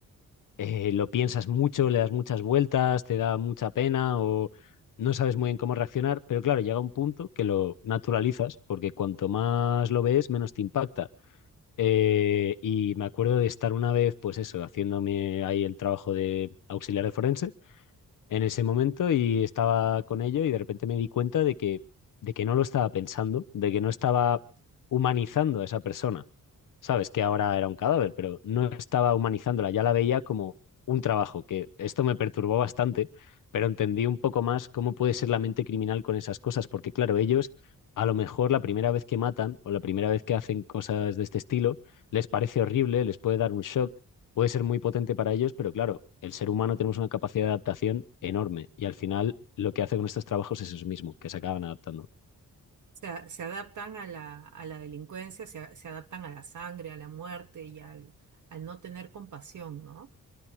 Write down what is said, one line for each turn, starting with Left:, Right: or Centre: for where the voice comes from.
Left: eh, lo piensas mucho, le das muchas vueltas, te da mucha pena o no sabes muy bien cómo reaccionar, pero claro, llega un punto que lo naturalizas porque cuanto más lo ves, menos te impacta. Eh, y me acuerdo de estar una vez, pues eso, haciéndome ahí el trabajo de auxiliar de forense en ese momento y estaba con ello y de repente me di cuenta de que, de que no lo estaba pensando, de que no estaba humanizando a esa persona sabes que ahora era un cadáver, pero no estaba humanizándola, ya la veía como un trabajo, que esto me perturbó bastante, pero entendí un poco más cómo puede ser la mente criminal con esas cosas, porque claro, ellos a lo mejor la primera vez que matan o la primera vez que hacen cosas de este estilo les parece horrible, les puede dar un shock, puede ser muy potente para ellos, pero claro, el ser humano tenemos una capacidad de adaptación enorme y al final lo que hace con estos trabajos es eso mismo, que se acaban adaptando.
Right: Se, se adaptan a la, a la delincuencia, se, se adaptan a la sangre, a la muerte y al, al no tener compasión, ¿no?